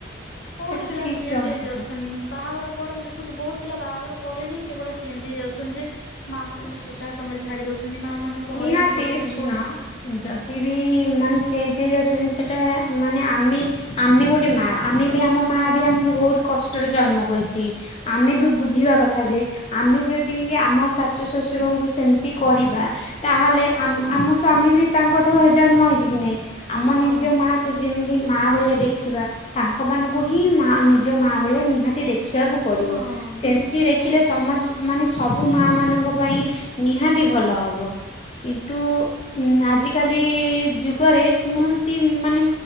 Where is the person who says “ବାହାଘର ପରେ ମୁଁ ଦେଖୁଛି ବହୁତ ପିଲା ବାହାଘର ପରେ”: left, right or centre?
Left